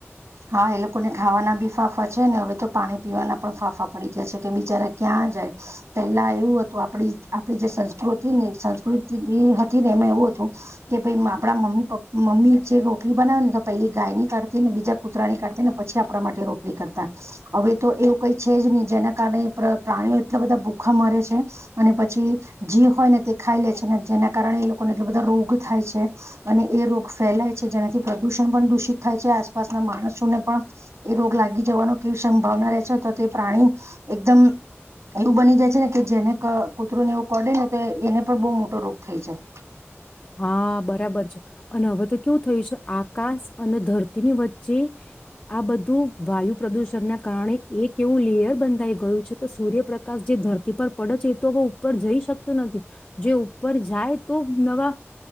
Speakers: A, on the right; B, on the left.
A: હા એ લોકો ને ખાવાના બી ફાફા છે ને હવે તો પાણી પીવાના પણ ફાફા પડી ગયા છે કે બિચારા ક્યાં જાય પેલા એવું હતું આપડી આપડી જે સંસ્કૃતિ ને સંસ્કૃતિ જે હતી ને એમાં એવું હતું કે ભાઈ આપણા મમ્મી પ્પ મમ્મી જે રોટલી બનાવે ને તો પેલી ગાયની ને બીજા કૂતરાની કાઢતી ને પછી આપણા માટે રોટલી કરતા હવે તો એવું કઈ છે જ નહી જેના કારણે પ્રાણીઓ એટલા બધા ભૂખા મરે છે અને પછી જી હોય ને તે ખાઈ લે છે ને જેના કારણે એ લોકોને એટ બધા રોગ થાય છે અને એ રોગ ફેલાય છે જેનાથી પ્રદુષણ પણ દૂષિત થાય છે આસપાસના માણસોને પણ એ રોગ લાગી જવાનો કેવી સંભાવના રહે છે તો તે પ્રાણી એકદમ એવું બની જાય છે ને કે જેને કૂતરું ને એવું કડે ને તો એને પણ બહ મોટો રોગ થઈ જાય
B: હા બરાબર છે અને હવે તો કેવું થયું છે આકાશ અને ધરતીની વચ્ચે આ બધું વાયુ પ્રદુષણના કારણે એક એવું લેયર બંધાઈ ગયું છે કે સૂર્યપ્રકાશ જે ધરતી પર પડે છે એ તો હવે ઉપર જઈ શકતોું નથી જે ઉપર જાય તો નવા